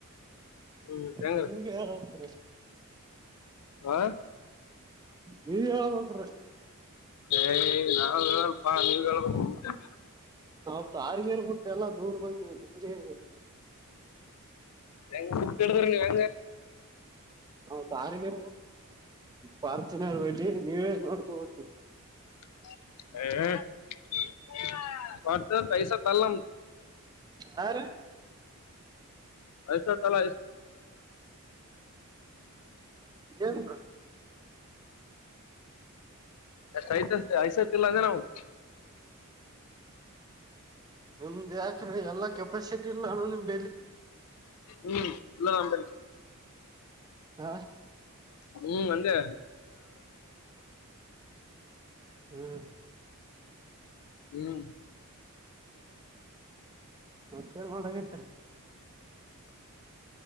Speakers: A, on the left; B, on the right.
A: ಹ್ಮ್ ಹೆಂಗ್ರಿ
B: ನಿಮ್ಗೆ ಆರ್ತರ
A: ಹ
B: ಬಜಕ
A: ಏಯ ನಾವವು ಸ್ವಲ್ಪ ನೀವ್ ಹೇಬೇಕು
B: ನಾವ ತಾರಿಗೇರ್ಬಿಟ್ಟೆ ಎಲ್ಲ ದೂರ್ ಬಂದ ನಿಮಗೆ
A: ಹೆಂಗ ಚಟ್ಟ ಎಡ್ತರ ಹೆಂಗ
B: ನಾ ತಿಗೆ ಪ್ರಾರ್ಥನವರು ಬಿ ನೀವೇ ನೋಡ್ತ ಹವಿ
A: <unintelligible> ಹೊರ್ತ ಪೈಸಾ ತರಲ
B: ಹಾ ರಿ
A: ಯಸ ತಲ
B: ಏನ್
A: ಕಹಿತ ಐಸತಿಲ್ಲ ಅಂದ್ರ ನಾದು
B: ನಿಮ್ದ್ ಯಾಕ್ರೆ ಎಲ್ಲಾ ಕೆಪಾಸಿಟಿ ಇಲ್ಲಾನು ನಿಮಲಿ
A: ಹ್ಮ್ ಇಲ್ಲ ನಂಬರಿ
B: ಹಾ
A: ಹ್ಮ್ ಅಜೇ
B: ಹ್ಮ್
A: ಹ್ಮ್
B: ಮತ್ತೆನ್ ಮಾಡಾಗಿದ್ದಾರ